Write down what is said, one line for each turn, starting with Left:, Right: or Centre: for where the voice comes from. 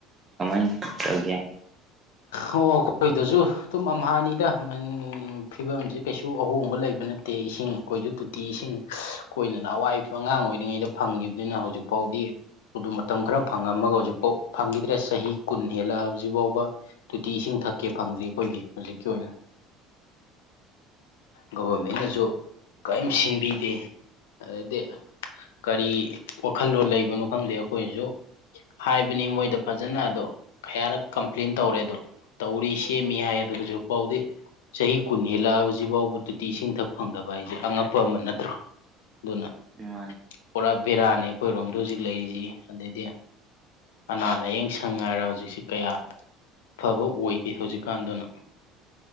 Right: ꯀꯃꯥꯏꯅ ꯇꯧꯒꯦꯅ
Left: ꯑꯣ ꯀꯣꯏꯗꯁꯨ ꯑꯗꯨꯝ ꯑꯝꯍꯥꯅꯤꯗ ꯐꯤꯕꯝꯁꯦ ꯀꯩꯁꯨ ꯑꯍꯣꯡꯕ ꯂꯩꯕ ꯅꯠꯇꯦ ꯏꯁꯤꯡ ꯀꯣꯏꯁꯨ ꯇꯤꯁꯤꯡ ꯀꯣꯏꯅꯅ ꯑꯋꯥꯏꯄ ꯑꯉꯥꯡ ꯑꯣꯏꯔꯤꯉꯩꯗ ꯐꯪꯈꯤꯕꯗꯨꯅꯤꯅ ꯍꯧꯖꯤꯛꯐꯥꯎꯗꯤ ꯑꯗꯨ ꯃꯇꯝ ꯈꯔ ꯐꯪꯉꯝꯃꯒ ꯍꯧꯖꯤꯛꯐꯥꯎ ꯐꯪꯈꯤꯗ꯭ꯔꯦ ꯆꯍꯤ ꯀꯨꯟ ꯍꯦꯜꯂ ꯍꯧꯖꯤꯛ ꯐꯥꯎꯕ ꯇꯣꯇꯤ ꯏꯁꯤꯡ ꯊꯛꯀꯦ ꯐꯪꯗ꯭ꯔꯤ ꯑꯩꯈꯣꯏꯒꯤ ꯍꯧꯖꯤꯛꯀꯤ ꯑꯣꯏꯅ ꯒꯕꯔꯃꯦꯟꯅꯁꯨ ꯀꯔꯤꯝ ꯁꯤꯟꯕꯤꯗꯦ ꯑꯗꯗꯤ ꯀꯔꯤ ꯋꯥꯈꯜꯂꯣꯟꯣ ꯂꯩꯕꯅꯣ ꯈꯪꯗꯦ ꯑꯩꯈꯣꯏꯅꯁꯨ ꯍꯥꯏꯕꯅꯤ ꯃꯣꯏꯗ ꯐꯖꯅ ꯑꯗꯣ ꯈꯌꯥꯔꯛ ꯀꯝ ꯄ꯭ꯂꯤꯟ ꯇꯧꯔꯦ ꯑꯗꯣ ꯇꯧꯔꯤ ꯁꯦꯝꯃꯤ ꯍꯥꯏ ꯑꯗꯣ ꯍꯧꯖꯤꯛ ꯐꯥꯎꯗꯤ ꯆꯍꯤ ꯀꯨꯟ ꯍꯦꯜꯂꯛꯑ ꯍꯧꯖꯤꯛꯐꯥꯎꯕ ꯇꯨꯇꯤ ꯏꯁꯤꯡꯊꯛ ꯐꯪꯗꯕ ꯍꯥꯏꯁꯦ ꯑꯉꯛꯄ ꯑꯃ ꯅꯠꯇ꯭ꯔꯣ ꯑꯗꯨꯅ
Right: ꯎꯝ
Left: ꯄꯨꯔꯥ ꯕꯦꯔꯥꯅꯤ ꯑꯩꯈꯣꯏꯔꯣꯝꯗ ꯍꯧꯖꯤꯛ ꯂꯩꯔꯤꯁꯤ ꯑꯗꯩꯗꯤ ꯑꯅꯥ ꯂꯥꯏꯌꯦꯡ ꯁꯪ ꯍꯥꯏꯔ ꯍꯧꯖꯤꯛꯁꯤ ꯀꯌꯥ ꯐꯕ ꯑꯣꯏꯗꯦ ꯍꯧꯖꯤꯛꯀꯥꯟꯗꯨꯅ